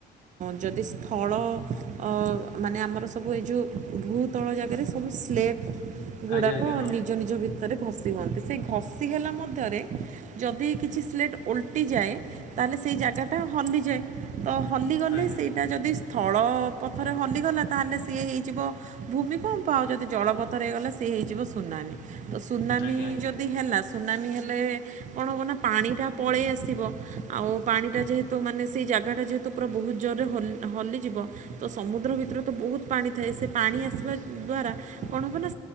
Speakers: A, on the right; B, on the left.
A: ଯଦି ସ୍ଥଳ ଅ ମାନେ ଆମର ସବୁ ଏଇ ଯଉ ଭୁ ତଳ ଜାଗାରେ ସବୁ ସ୍ଲେଟ୍ ଗୁଡ଼ାକ
B: ଆଜ୍ଞା ଆଜ୍ଞା ହଁ
A: ନିଜ ନିଜ ଭିତରେ ଘଷି ହୁଅନ୍ତି, ସେଇ ଘ ତି ହେଲା ମଧ୍ୟରେ ଯଦି କିଛି ସ୍ଲେଟ୍ ଓଲଟିଯାଏ, ତାହେଲେ ସେହି ଜାଗାଟା ହଲିଯାଏ। ତ ହଲିଗଲେ,
B: ଆଜ୍ଞା
A: ସେଇଟା ଯଦି ସ୍ଥଳ ପଥରେ ହଲିିଗଲା, ତାହେଲେ ସିଏ ହେଇଯିବ ଭୂମି କମ୍ପ, ଆଉ ଯଦି ଜଳପଥରେ ହେଇଗଲା ସିଏ ହେଇଯିବ ସୁନାମୀ। ତ ସୁନାମି
B: ଆଜ୍ଞା ଆଜ୍ଞା
A: ଯଦି ହେଲା ସୁନାମି ହେଲେ କଣ ହବ ନା, ପାଣିଟା ପଳେଇ ଆସିବ ଆଉ ପାଣିଟା ଯେହେ ତୁ ମାନେ ସେଇ ଜାଗାଟା ଯେହେତୁ ପୁରା ବହୁତ ଜୋରରେ ହଲି ହଲିଯିବ, ତ ସମୁଦ୍ର ଭିତରେ ତ ବହୁତ ପାଣି ଥାଏ ସେ ପାଣି ଆସିବା ଦ୍ୱାରା କଣ ହେବ ନା